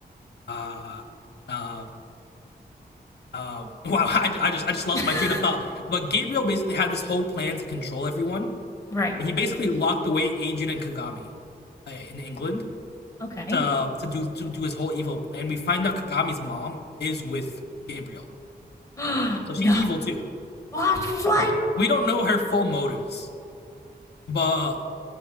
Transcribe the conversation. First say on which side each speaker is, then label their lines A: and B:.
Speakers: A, on the left; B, on the left.
A: Uh, uh, uh, <laughs> wow, I, I just I just lost
B: <laughs>
A: my train of thought. But Gabriel basically had this whole plan to control everyone
B: right.
A: He basically locked away Ajun and Kagami uh, in England
B: Okay.
A: to to do to do his whole evil plan. We find out Kagami's mom is with Gabriel,
B: <gasps>
A: so she's
B: no.
A: evil too.
B: What? What?
A: We don't know her full motives, but